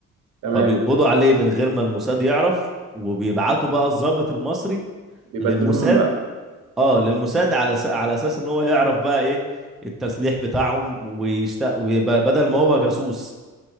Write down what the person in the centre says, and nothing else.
فبيقبضوا عليه من غير ما الموساد يعرف وبيبعتوا بقى الضابط المصري
للموساد
اه للموساد على س... على اساس ان هو يعرف بقى ايه التسليح بتاعهم ويشت... ويبقى بدل ما هو جاسوس